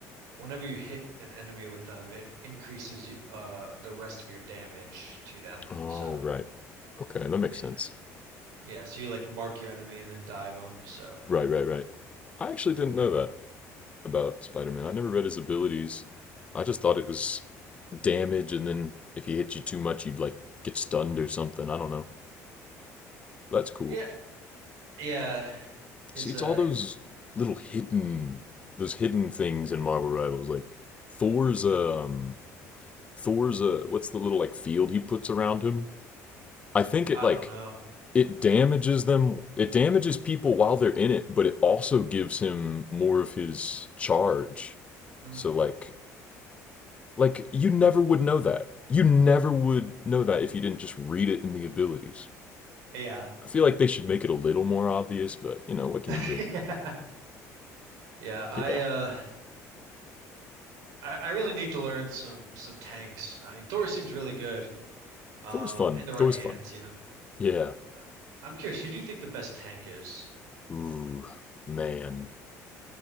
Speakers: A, on the right (about 80°); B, on the left (about 20°).
A: whenever you hit an enemy with them, it increases y- uh the rest of your damage to them.
B: Oh
A: So
B: right. Okay, that makes
A: yeah,
B: sense.
A: yeah. So you like mark your enemy and then dive them. So
B: Right, right, right. I actually didn't know that about Spider Man. I never read his abilities. I just thought it was damage and then if he hit you too much you'd like get stunned or something. I don't know. That's cool.
A: yeah, yeah. Is
B: See, it's
A: uh
B: all those little hidden those hidden things in Marvel Rivals. Like Thor's um Thor's uh what's the little like field he puts around him? I think it
A: I
B: like
A: don't know.
B: it damages them it damages people while they're in it, but it also gives him more of his charge.
A: Mm,
B: So like like you never would know that. You never would know that if you didn't just read it in the abilities.
A: yeah,
B: I feel like they should make it a little more obvious, but you know, what can
A: <laughs>
B: you do?
A: yeah,
B: <laughs>
A: yeah. I
B: Yeah.
A: uh I, I really need to learn some some tanks. I mean, Thor seems really good um
B: Thor's fun.
A: in the right
B: Thor's
A: hands,
B: fun.
A: you know.
B: Yeah.
A: Uh, I'm curious, who do you think the best tank is?
B: Ooh, man.